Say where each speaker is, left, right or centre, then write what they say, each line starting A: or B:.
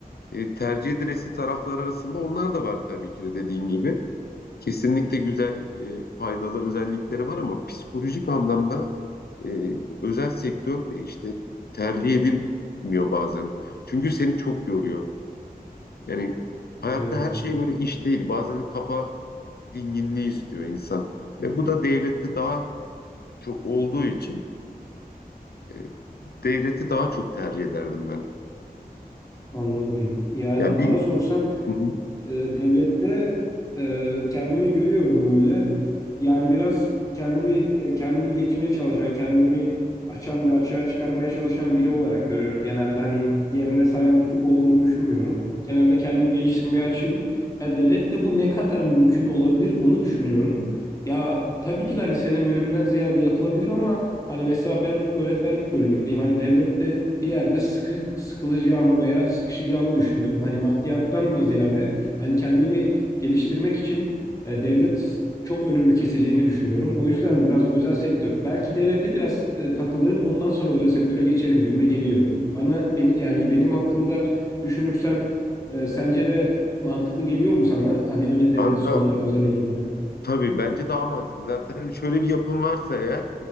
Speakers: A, on the left (about 80°); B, on the left (about 20°).
A: e, tercih edilesi taraflar arasında onlar da var tabii ki de dediğin gibi. Kesinlikle güzel, e, faydalı özellikleri var ama psikolojik anlamda e, özel sektör e, işte tercih edilmiyor bazen. Çünkü seni çok yoruyor. Yani hayatta
B: Evet,
A: her şey böyle iş değil. Bazen de kafa dinginliği istiyor insan. Ve bu da devlette daha çok olduğu için e, devleti daha çok tercih ederdim ben.
B: anladım. Yani
A: Ya bir
B: bana sorsan
A: hı hı,
B: e, devlette e, kendimi görüyorum böyle. Yani biraz kendimi e, kendimi geçmeye çalışan, kendimi açan ve açığa çıkarmaya çalışan biri olarak görüyorum. Genelde hani yerinde sayan bir tip olduğumu düşünmüyorum. Genelde kendimi geliştirmeye açığım. Ya devlette bu ne kadar mümkün olabilir onu düşünüyorum. Ya tabii ki de hani senin bölümünden ziyade yapılabilir ama hani mesela ben öğretmenlik bölümündeyim. Hani devlette bir yerde sıkı, sıkılacağımı veya sıkışacağımı düşünüyorum. Hani maddiyattan da ziyade Hani kendimi geliştirmek için e, devlet çok önümü keseceğini düşünüyorum. O yüzden biraz özel sektör, belki devlete biraz e, takılırım, ondan sonra özel sektöre geçerim gibime geliyor. Bana benim yani benim hakkımda düşünürsen e, sence de mantıklı geliyor mu sana? Hani önce devlet
A: banka
B: sonra özele gitme.
A: Tabii bence daha mantıklı. Zaten hani şöyle bir yapım varsa eğer